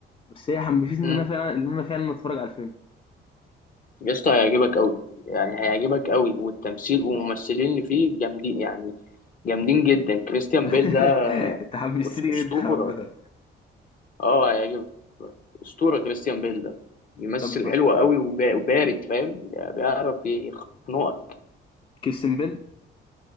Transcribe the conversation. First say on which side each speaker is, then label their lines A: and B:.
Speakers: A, on the left; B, on the left.
A: بس هي حمستني
B: امم
A: ان انا فعلا ان انا فعلا اتفرج على الفيلم
B: يا اسطى هيعجبك قوي يعني هيعجبك قوي والتمثيل والممثلين اللي فيه جامدين يعني جامدين جدا كريستيان
A: <laughs>
B: بيل ده
A: انت حمستني
B: أس- اسطوره
A: جدا عامة
B: اه هيعجبك اسطوره كريستيان بيل ده بيمثل
A: طب
B: حلو قوي وبا- وبارد فاهم يعني بيعرف يخنقك
A: كريستيان بيل